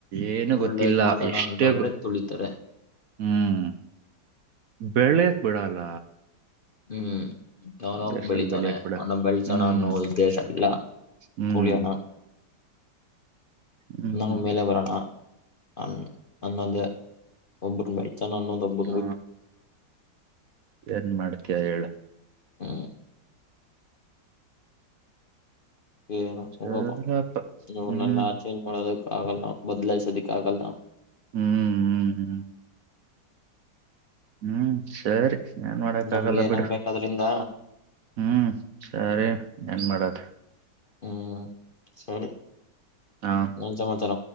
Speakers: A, on the right; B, on the left.
A: ಏನು ಗೊತ್ತಿಲ್ಲ
B: ಒಳ್ಳೇದ್ ಮಾಡೋಣ
A: ಎಷ್ಟೇ
B: ಅಂತಂದ್ರೆ
A: <inaudible>
B: ತುಳಿತಾರೆ
A: ಹ್ಮ್ ಬೆಳ್ಳೆಯಕ್ ಬಿಡಲ್ಲ
B: ಹ್ಮ್ ಯಾವನೋ
A: ನಮ್ ದೇಶದಲ್ಲಿ
B: ಬೆಳಿತವಾನೆ
A: ಬೆಳ್ಯಕ್ ಬಿಡಲ್ಲ
B: ಅವನ ಬೆಳಸೋಣ
A: ಹ್ಮ್
B: ಅನ್ನೋ ಉದ್ದೇಶ ಇಲ್ಲ
A: ಹ್ಮ್
B: ತುಳಿಯೋಣ
A: ಹ್ಮ್
B: ನಾವು ಮೇಲೆ ಬರೋಣ ಅನ್ ಅನ್ನೋದೇ <unintelligible> ಚಾನಾನೋದಬ್
A: ಹ ಏನ್ ಮಾಡ್ತಯ ಹೇಳು
B: <unintelligible> ಹ್ಮ ಏನೊ
A: ಸರಪ್ಪ
B: ಹೋಗಪ್ಪ ಇವರ್ನೆಲ್ಲ
A: ಹ್ಮ್
B: ಚೇಂಜ್ ಮಾಡೋದಕ್ಕ ಆಗಲ್ಲ ಬದಲಾಯಿಸದಕ್ಕಾಗಲ್ಲ
A: ಹ್ಮ್ ಹ್ಮ್ ಹ್ಮ್ ಹ್ಮ್ ಸರಿ ಏನ್ ಮಾಡಕ್
B: ನಮ್ಗೆ
A: ಆಗಲ್ಲ
B: ಏನಾಗ್ಬೇಕದ್ರಿಂದ
A: ಬಿಡು ಹ್ಮ್ ಸರಿ ಏನ್ ಮಾಡೋದ
B: ಹ್ಮ್ ಸರಿ
A: ಹಾ
B: ಏನ್ ಸಮಾಚಾರ